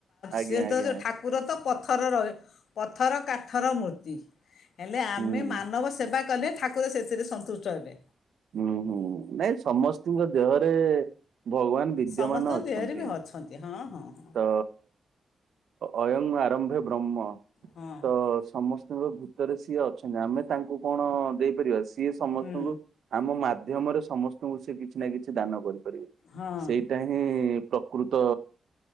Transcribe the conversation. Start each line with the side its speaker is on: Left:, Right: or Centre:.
Right: ଆଜ୍ଞା
Left: ସେ
Right: ଆଜ୍ଞା
Left: ଯଉ ଠାକୁ ପୁର ତ ପଥର ରହ ପଥର କାଠର ମୂର୍ତ୍ତି ହେଲେ ଆମେ
Right: ହୁଁ।
Left: ମାନବ ସେବା କଲେ ଠାକୁର ସେଥିରେ ସନ୍ତୁଷ୍ଟ ହେବେ।
Right: ହୁଁ ହୁଁ ନାଇଁ ସମସ୍ତଙ୍କ ଦେହରେ ଭଗବାନ ବିଦ୍ୟମାନ
Left: ସମସ୍ତଙ୍କ
Right: ଅଛନ୍ତି।
Left: ଦେହରେ ବି ଅଛନ୍ତି ହଁ ହଁ।
Right: ତ ଅୟଂ ଆରମ୍ଭେ ବ୍ରହ୍ମ
Left: ହଁ
Right: ତ ସମସ୍ତଙ୍କ ଭିତରେ ସିଏ ଅଛନ୍ତି ଆମେ ତାଙ୍କୁ କଣ ଦେଇପାରିବା। ସିଏ ସମସ୍ତଙ୍କୁ
Left: ହୁଁ
Right: ଆମ ମାଧ୍ୟମରେ ସମସ୍ତଙ୍କୁ ସେ କିଛି ନା କିଛି ଦାନ କରିପାରିବେ।
Left: ହଁ
Right: ସେଇଟା ହିଁ ପ୍ରକୃତ